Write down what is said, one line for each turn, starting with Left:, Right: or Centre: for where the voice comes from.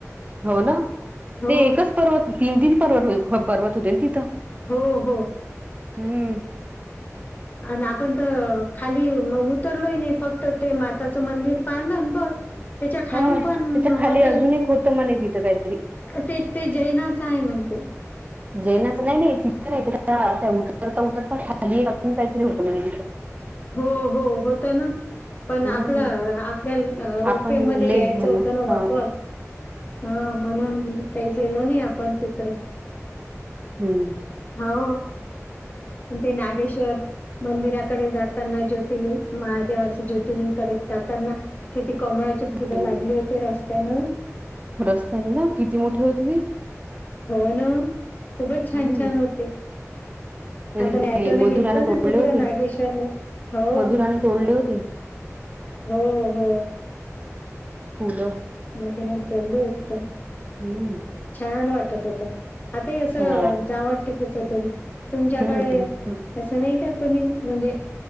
Right: हो न.
Left: हो
Right: ते एकच पर्वत तीन तीन पर्वत हो पर्वत होते ना तिथं
Left: हो हो
Right: हम्म
Left: आणि आपण तर खाली उतरलोही नाही फक्त ते माताचं मंदिर पायन बघ त्याच्या खाली
Right: होय त्याच्या
Left: पण
Right: खाली
Left: होते
Right: अजून एक होतं म्हणे तिथं कायतरी,
Left: ते ते जैनाचं आहे म्हणते
Right: जैनाच नाय माहिती <unintelligible> खाली आत पण कायतरी होते म्हणे तिंथ
Left: हो हो होतय ना, पण आपला
Right: हम्म
Left: आपल्या रोपे
Right: आपण
Left: मध्ये
Right: लेट
Left: यायचं
Right: झालं
Left: होतं ना
Right: हा
Left: वापस हा म्हणून काही गेलो नाही आपण तिकडे.
Right: हम्म
Left: हो ते नागेश्वर मंदिराकडे जाताना ज्योतिलिंग महादेवाचे ज्योतर्लिंगकडे जाताना किती कमळ- किती ना
Right: हम्म
Left: लागले होते रस्त्यान-
Right: रस्त्याने ना किती मोठे होते ते
Left: हो ना मंग खूपच छान
Right: हम्म
Left: छान होते.
Right: आणि
Left: आपण येताना
Right: ते मधुराने
Left: गेलतो
Right: तोडले
Left: ना तिकड
Right: होते
Left: नागेश्वरला- हो
Right: मधुराने तोडले होते.
Left: हो होय.
Right: फुलं
Left: मधुरा नी तोडलं होत पण
Right: हम्म
Left: छान वाटत होता. आता असं
Right: हो
Left: जाव वाटत कुठ तरी तुमच्याकडे
Right: हम्म
Left: अस नाय का कोणी म्हणजे.